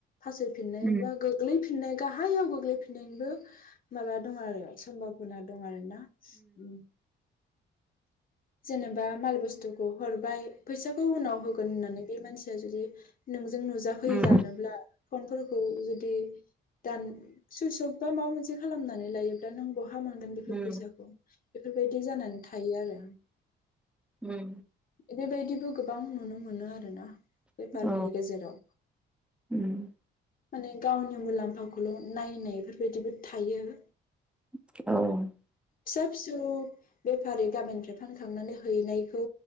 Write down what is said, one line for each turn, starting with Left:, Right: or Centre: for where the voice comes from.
Left: फासय फिननायबा
Centre: उम
Left: गोग्लै फि नाय गाहायाव गोग्लैफिननायनिबो माबा दं आरो सम्भाबना दं आरो ना उम जेनेबा माल बुस्थुखौ हरबाय फैसा खौ उनाव होगोन होननानै बे मानसि आ जुदि नों जों नुजा फैलानोब्ला
Centre: उम
Left: फनफोर खौ जुदि दान सुइसफ बा माबा मोनसे खालामनानै लायो दा नों बहा मोनगोन बेफोर
Centre: उम
Left: फैसाखौ बेफोरबायदि जानानै था थायो आरो
Centre: उम
Left: इबे बायदिबो गोबां नुनो मोनो आरो ना। बेफारनि
Centre: औ
Left: गेजेराव
Centre: उम
Left: माने गावनि मुलाम्फाखौल' नायनायफोर बायदिबो थायो ‌
Centre: औ
Left: फिसा फिसौ बेफारि गामिनिफ्राय फान थांनानै हैनायखौ